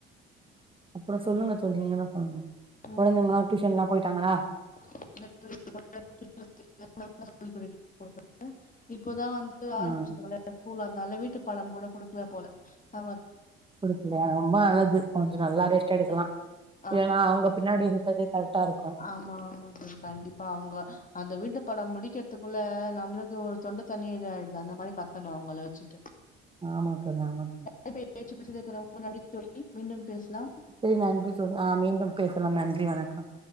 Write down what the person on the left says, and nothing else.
ம்
<inaudible> இப்போதா வந்து ஆரமிச்சிருக்காங்கள
எல்லா ஸ்கூலு அதுனால வீட்டுப்பாடம் கூட குடுக்ல போல அவ
ஆ
ஆமா ஆமாந் தோழி கண்டிப்பா அவ்ங்க அந்த வீட்டு பாடம் முடிக்கற்துக்குள்ள நம்ளுக்கு ஒர் தொண்ட தண்ணி இது ஆய்டுது அந்த மாரி கத்தணு அவுங்கள வச்சுட்டு
ஓகே பேச்சு பேசினே இருக்ககுறோ ரொம்ப நன்றி தோழி மீண்டும் பேஸ்லா